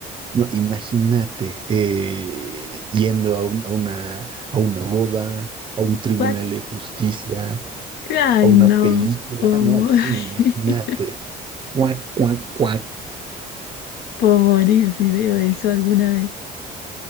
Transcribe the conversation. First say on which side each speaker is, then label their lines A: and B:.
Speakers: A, on the right; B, on the left.
A: No, imagínate eh, yendo a, un- a una, a una boda, a un
B: <laughs>
A: tribunal de justicia,
B: Ay,
A: a una
B: no,
A: película,
B: ¿cómo?
A: ¿no? Al cine,
B: <laughs>
A: imagínate. Cuac, cuac, cuac.
B: Puedo morir si veo eso alguna vez.